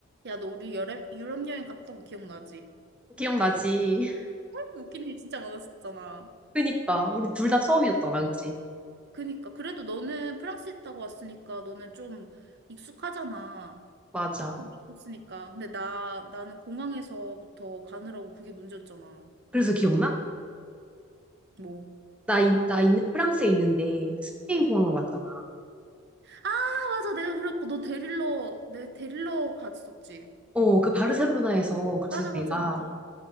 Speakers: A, on the right; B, in the centre.
A: 야, 너 우리 여름, 유럽 여행 갔던 거 기억나지?
B: 기억나지? <laughs>
A: <laughs> 웃긴 일 진짜 많았었잖아.
B: 그니까 우리 둘 다 처음이었잖아, 그치?
A: 그니까. 그래도 너는 프랑스 있다고 왔으니까 너는 좀 익숙하잖아.
B: 맞아.
A: 거기 있었으니까. 근데 나, 나는 공항에서부터 가느라고 그게 문제였잖아.
B: 그래서 기억나?
A: 뭐,
B: 나, 인- 나 인- 프랑스에 있는데 스페인
A: 응.
B: 공항을 왔잖아.
A: 아, 맞아. 내가 그랬고. 너 데릴러, 내 데릴러 갔었지.
B: 어, 그 바르셀로나에서 그래서
A: 맞아, 맞아,
B: 내가
A: 맞아.